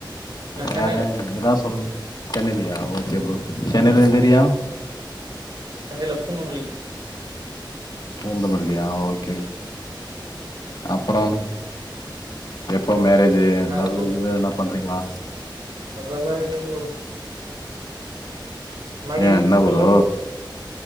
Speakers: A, on the right; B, on the left.
A: நா சென்னைல
B: வேற நீ தா சொல்லும் சென்னைலியா ஓகே ப்ரோ சென்னைல
A: ம்
B: எந்த ஏரியா
A: சென்னைல பூந்தமல்லி
B: பூந்தமல்லியா ஓகே
A: ம்.
B: அப்புறம் எப்போ மேரேஜ்
A: வேற
B: லவ்வு
A: ப்ரோ
B: கிவ்வு எதன்னா பண்றீங்களா
A: அதெல்லா இல்ல ப்ரோ முன்னாடி
B: ஏன்
A: இருந்துச்சு
B: என்ன
A: இப்ப
B: ப்ரோ
A: இல்ல